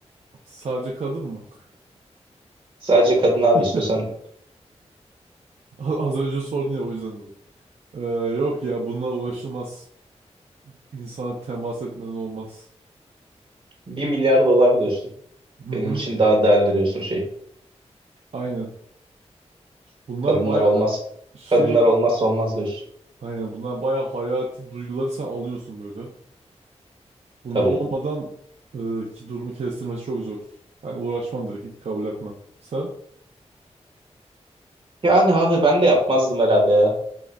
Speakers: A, on the right; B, on the right.
A: Sadece kadın mı?
B: Sadece kadın abi
A: <laughs>
B: istiyorsan
A: A- Az önce sordun ya o yüzden dedim. Ee, yok ya bunlar uğraşılmaz. İnsana temas etmeden olmaz.
B: 1 milyar dolar diyorsun.
A: Hı
B: Benim
A: hı.
B: için daha değerli diyorsun şey.
A: Aynen. Bunlar
B: Kadınlar
A: baya
B: olmaz.
A: şey
B: Kadınlar olmazsa olmaz diyorsun.
A: aynen bunlar baya hayati duyguları sen alıyorsun böyle. Bunlar
B: Tabii.
A: olmadan e, ki durumu kestirmesi çok zor. Ben uğraşmam direkt hiç kabul etmem. Sen?
B: Yani abi ben de yapmazdım herhalde ya.